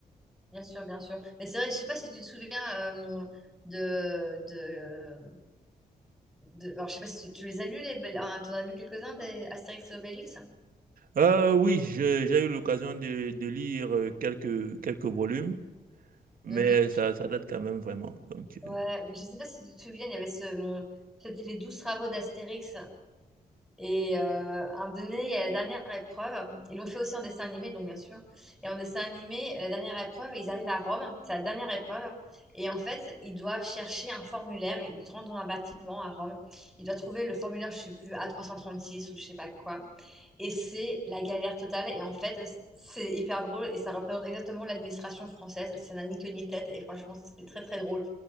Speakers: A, in the centre; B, on the right.
A: Bien sûr, bien sûr. Mais c'est vrai, je sais pas si tu te souviens euh, de, de, de- Alors, je sais pas si tu, tu les as lus, les... bel- ah, t'en as lu quelques-uns des Astérix et Obélix?
B: Euh, oui, je- j'ai eu l'occasion de, de lire euh, quelques, quelques volumes, mais
A: Mhm.
B: ça, ça date quand même vraiment. Donc,
A: Ouais,
B: euh,
A: mais je sais pas si tu te souviens, il y avait ce... C'était les douze travaux d'Astérix. Et euh, à un moment donné, il y a la dernière épreuve. Ils l'ont fait aussi en dessin animé, donc bien sûr. Et en dessin animé, la dernière épreuve, ils arrivent à Rome. C'est la dernière épreuve. Et en fait, ils doivent chercher un formulaire. Ils rentrent dans un bâtiment à Rome. Ils doivent trouver le formulaire, je sais plus, A336 ou je sais pas quoi. Et c'est la galère totale. Et en fait, c'est hyper drôle et ça représente exactement l'administration française. Ça n'a ni queue ni tête. Et franchement, c'était très très drôle.